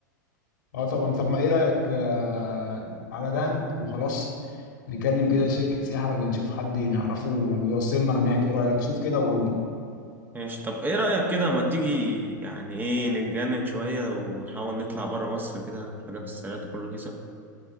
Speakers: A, on the left; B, on the right.
A: اه طبعا طب ما ايه رأيك آه، على دهب وخلاص نكلم كده شركة سياحة ولا نشوف حد نعرفه ويوصلنا هناك ايه رأيك شوف كده وقول لي
B: ماشي طب ايه رأيك كده ما تيجي يعني ايه نتجنن شوية ونحاول نطلع برا مصر كده حاجة في السريع تكون رخيصة